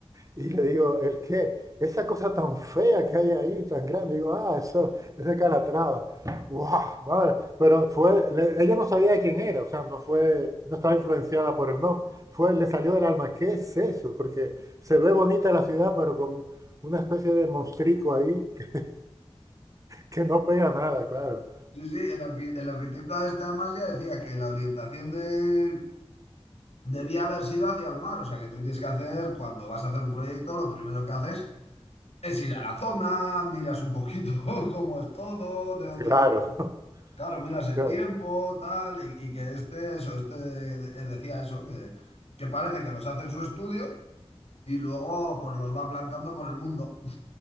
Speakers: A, on the right; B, on the left.
A: Y le digo, ¿el qué? Esa cosa tan fea que hay ahí, tan grande. Digo, ah, eso es de Calatrava. ¡Wow! Madre. Pero fue, le- ella no sabía de quién era, o sea, no fue, no estaba influenciada por el nombre. Fue, le salió del alma, ¿qué es eso? Porque se ve bonita la ciudad, pero con una especie de monstrico ahí que, que no pega nada, claro.
B: Sí, sí, el, arqui- el arquitecto este además ya decía que la orientación de... debía haber sido hacia el mar, o sea que tú tienes que hacer, cuando vas a hacer un proyecto, lo primero que haces Es ir a la zona, miras un poquito <laughs> cómo es todo, de dónde
A: Claro.
B: viene.
A: <laughs>
B: Claro, miras el
A: claro.
B: tiempo, tal, y, y que este, eso, este de- decía eso, que, que parece que los hace en su estudio y luego pues los va plantando por el mundo. <laughs>